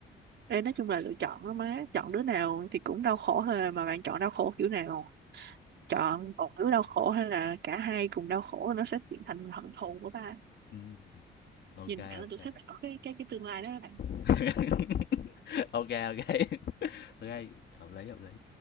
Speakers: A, on the right; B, on the left.
A: Ê, nói chung là lựa chọn đó má chọn đứa nào thì cũng đau khổ thôi à, mà bạn chọn đau khổ kiểu nào chọn một đứa đau khổ hay là cả hai cùng đau khổ nó sẽ chuyển thành hận thù của ba
B: Ừm, OK,
A: nhìn
B: OK.
A: bạn tôi thấy bạn có cái cái cái tương lai đó các bạn
B: <laughs> OK, OK, OK, hợp lý, hợp lý.